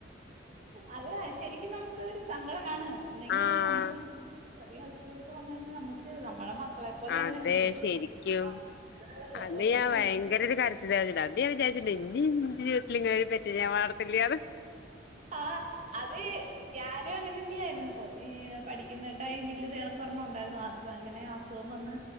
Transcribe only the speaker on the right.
അല്ല ശരിക്കും നമുക്കതൊരു സങ്കടമാണ് എന്തെങ്കിലും
വന്ന പോയി ചെറിയ അസുഖൊക്കെ വന്നു കഴിഞ്ഞാൽ നമുക്ക് നമ്മുടെ മക്കളെ പോലെ തന്നെയല്ലേ
നമ്മക്ക്
ഒട്ടും
സഹി
ആഹ് അത ഞാനും അങ്ങനെ തന്നെയായിരുന്നു ഈ പഠിക്കുന്ന ടൈമിൽ ഇതേണക്ക ഒരണ്ണം ഉണ്ടായിരുന്നു അത്പ്പോ അങ്ങനെ അസുഖം വന്ന്